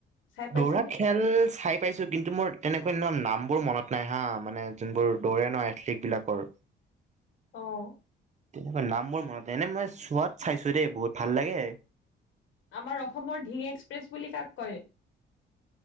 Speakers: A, on the left (about 80°); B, on the right (about 35°).
A: চাই পাইছানে?
B: দৌৰা খেল চাই পাইছো কিন্তু মোৰ তেনেকুৱা নাম বোৰ মনত নাই হা মানে যোনবোৰ দৌৰে ন এথলিকট বিলাকৰ। <inaudible>
A: অঁ
B: তেনেকুৱা নামবোৰ মনতে এনে মই চোৱাত চাইছো দেই বহুত ভাল লাগে।
A: আমাৰ অসমৰ ঢিঙ এক্সপ্ৰেছ বুলি কাক কয়।